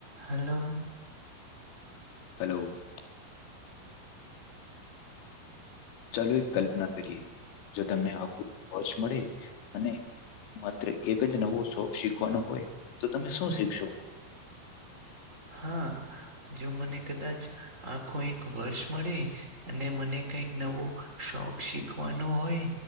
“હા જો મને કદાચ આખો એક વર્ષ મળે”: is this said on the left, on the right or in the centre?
Right